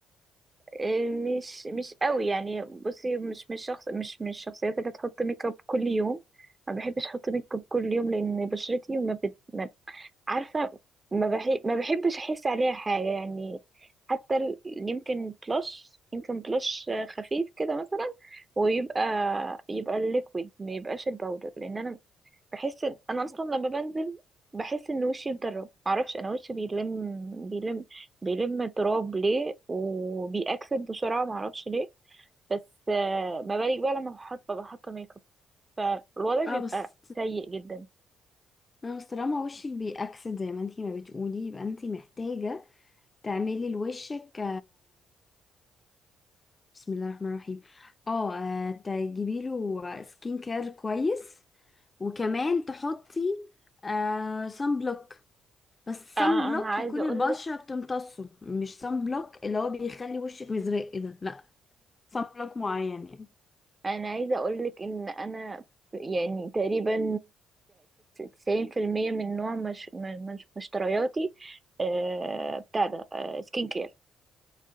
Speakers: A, on the right; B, on the left.
A: إيه، مش مش قوي يعني بصي مش مش شخص مش من الشخصيات اللي تحط ميك اب كل يوم ما بحبش احط ميك اب كل يوم لان بشرتي ما, بت... ما عارفه ما بحب ما بحبش احس عليها حاجه يعني حتى ال- يمكن بlush يمكن بلش خفيف كده مثلا ويبقى يبقى الليكويد ما يبقاش الباودر لان انا بحس ان انا اصلا لما بنزل بحس ان وشي مدرب معرفش انا وشي بيلم بيلم بيلم تراب ليه وبيأكسد بسرعه معرفش ليه بس آه، ما بالك بقى لما بحط ببقى حاطه ميك اب فالوضع بيبقى
B: اه بس
A: سيء جدا
B: اه بس طالما وشك بيأكسد زي ما انتي ما بتقولي يبقى انتي محتاجة تعملي لوشك بسم الله الرحمن الرحيم اه آه، تجيبي له سكين كير كويس وكمان تحطي آه سان بلوك بس
A: آه،
B: سان بلوك
A: انا عايزه
B: يكون
A: اقولك
B: البشرة بتمتصه مش سان بلوك اللي هو بيخلي وشك مزرق ده لا سان بلوك معين يعني
A: انا عايزه اقولك ان انا ف- يعني تقريبا تسعين في المية من نوع مش م- مش مشترياتي آه، بتاع ده سكين كير